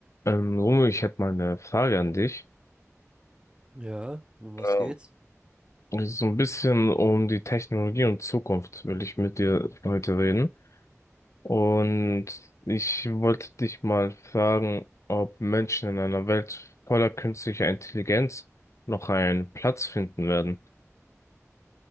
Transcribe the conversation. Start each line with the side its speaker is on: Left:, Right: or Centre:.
Left: Ähm, Romeo, ich hätte mal eine Frage an dich.
Right: Ja, um was
Left: Ähm,
Right: geht's?
Left: es ist so ein bisschen um die Technologie und Zukunft will ich mit dir heute reden. Und ich wollte dich mal fragen, ob Menschen in einer Welt voller künstlicher Intelligenz noch einen Platz finden werden.